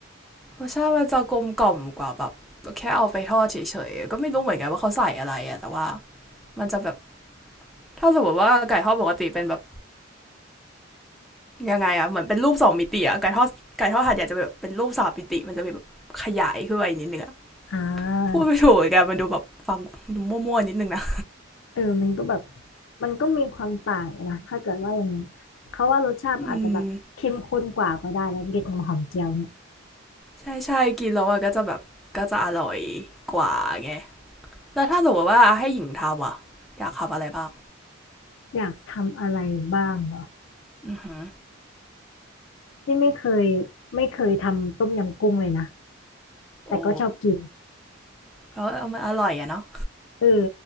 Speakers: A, in the centre; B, on the left.
A: รสชาติมันจะกลมกล่อมกว่าแบบแค่เอาไปทอดเฉยๆก็ไม่รู้เหมือนกันว่าเขาใส่อะไรอะแต่ว่ามันจะแบบถ้าสมมติว่าไก่ทอดปกติเป็นแบบยังไงอะเหมือนเป็นรูปสองมิติอะไก่ทอดไก่ทอดถาดใหญ่จะแบบเป็นรูปสามมิติมันจะแบบขยายขึ้นไปนิดนึงอะ
B: อ่า
A: พูดไม่ถูกเหมกัมันดูแบบฟังดูมั่วๆนิดนึงนะ
B: เออมันก็แบบมันก็มีความต่างนะถ้าเกิดว่าอย่างนี้เขาว่ารสชาติอาจจะแบบเข้มข้นกว่าก็ได้แล้วเด็กของหอมเจียวเนี่ย
A: อืมใช่ใช่กินแล้วมันก็จะแบบก็จะอร่อยกว่าไง แล้วถ้าสมมติว่าให้หญิงทำอ่ะอยากทำอะไรบ้าง
B: อยากทำอะไรบ้างเหรอ
A: อือหือ
B: นี่ไม่เคยไม่เคยทำต้มยำกุ้งเลยนะแต่ก็ชอบกิน
A: โอ้เขาเอามันอร่อยอะเนาะ
B: เออ